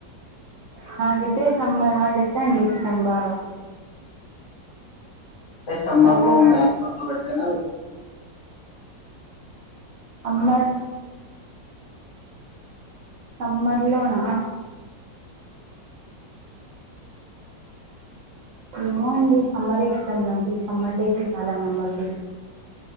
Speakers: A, on the right (about 70°); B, on the left (about 65°).
A: నక్ అయితే సమ్మర్ హాలిడేస్ అండి ఇష్టం బాగ
B: అంటే సమ్మర్
A: చాలా
B: లో మ <unintelligible> కొ ఎనా
A: సమ్మర్ సమ్మర్ లోనా ఏమో అండి సమ్మర్ ఇష్టాం నాకి సమ్మర్ డేస్ చాలా మెమొరబుల్